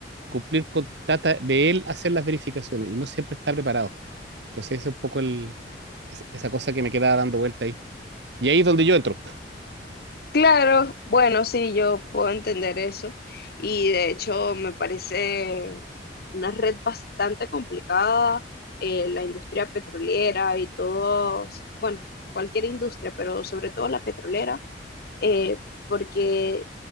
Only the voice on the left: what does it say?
Claro, bueno, sí, yo puedo entender eso y de hecho me parece una red bastante complicada, eh, la industria petrolera y todos, bueno, cualquier industria, pero sobre todo la petrolera, eh, porque